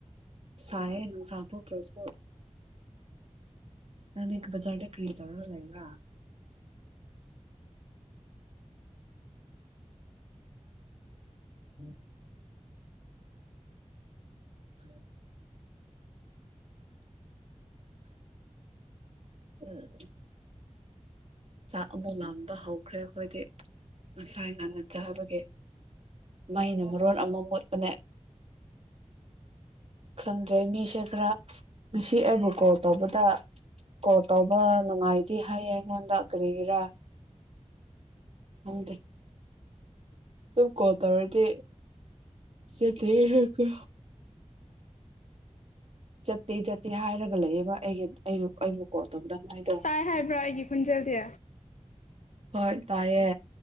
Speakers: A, on the right; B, on the left.
A: ꯁꯥꯏꯌꯦ ꯅꯨꯡꯁꯥ ꯊꯣꯛꯇ꯭ꯔꯥꯖꯨ ꯅꯪꯗꯤ ꯕꯖꯥꯔꯗ ꯀꯔꯤ ꯇꯧꯔꯥꯒ ꯂꯩꯕ꯭ꯔꯥ ꯎꯝ <unintelligible> ꯎꯝ <unintelligible> <inaudible> ꯎꯝ <unintelligible> <inaudible> ꯆꯥꯛ ꯑꯃꯨꯛ ꯂꯝꯕ ꯍꯧꯈ꯭ꯔꯦ ꯑꯈꯣꯏꯗꯤ ꯉꯁꯥꯏ ꯉꯟꯅ ꯆꯥꯕꯒꯤ ꯃꯩꯅ ꯃꯔꯣꯟ ꯑꯃ ꯃꯨꯠꯄꯅꯦ ꯈꯪꯗ꯭ꯔꯦ ꯃꯤꯁꯦ ꯈꯔ ꯉꯁꯤ ꯑꯩꯕꯨ ꯀꯣꯜ ꯇꯧꯕꯗ ꯀꯣꯜ ꯇꯧꯕ ꯅꯨꯡꯉꯥꯏꯇꯦ ꯍꯥꯏꯌꯦ ꯑꯩꯉꯣꯟꯗ ꯀꯔꯤꯒꯤꯔꯥ ꯈꯪꯗꯦ ꯇꯨꯡ ꯀꯣꯜꯇꯧꯔꯥꯗꯤ ꯆꯦꯛꯀꯤꯌꯤ ꯍꯦꯛꯇꯥ ꯆꯠꯇꯦ-ꯆꯠꯇꯦ ꯍꯥꯏꯔꯒ ꯂꯩꯌꯦꯕ ꯑꯩꯒꯤ-ꯑꯩꯒꯤ ꯑꯩꯕꯨ ꯀꯣꯜ ꯇꯧꯕꯗ ꯃꯣꯏꯗꯣ
B: ꯇꯥꯏ ꯍꯥꯏꯕ꯭ꯔꯥ ꯑꯩꯒꯤ ꯈꯨꯟꯖꯦꯜꯗꯤ
A: ꯍꯣꯏ ꯇꯥꯏꯌꯦ